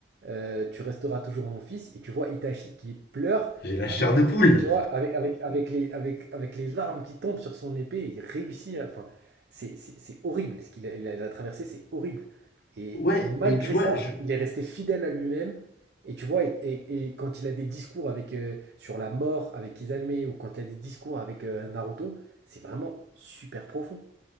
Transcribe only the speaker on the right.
heu, tu resteras toujours mon fils et tu vois Itachi qui pleure
avec
tu vois? Avec avec avec les avec avec les larmes qui tombent sur son épée et il réussit à enfin, c'est c'est c'est horrible ce qu'il a il a il a traversé, c'est horrible et
et malgré
ça,
il est resté fidèle à lui-même et tu vois? Et et et quand il a des discours avec, heu, sur la mort avec Izanami ou quand il a des discours avec, heu, Naruto, c'est vraiment super profond.